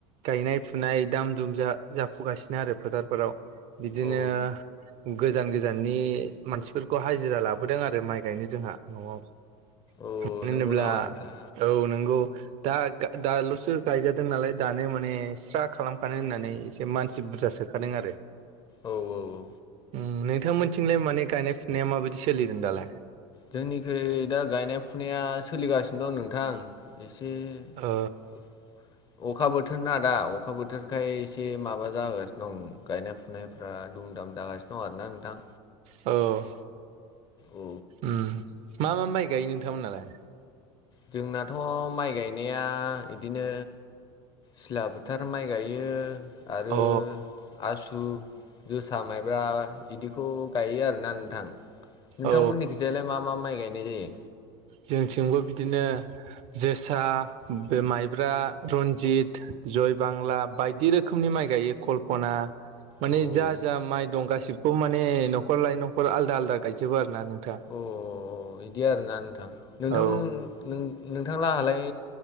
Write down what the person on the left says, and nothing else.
औ
औ
नंगौ नामा नोंथां
औ औ औ
जोंनिखै दा गायनाय फुनाया सोलिगासिनो दं नोंथां एसे ए
अखा बोथोर ना दा अखा बोथोर बेखाय एसे माबा जागासिनो दं गायनाय फुनायफ्रा दुम दाम जागासिनो दं आरोना नोंथां
औ
जोंनाथ' माइ गायनाया इदिनो सिला बोथार माइ गायो आरो
आसु उम जोसा माइब्रा बिदिखौ गायो आरोना नोंथां। नोंथांमोननि
खिजालाय मा मा माइ गायनाय जायो?
औ
अ बिदि आरोना नोंथां नोंथांमोन
नोंथांलाहालाय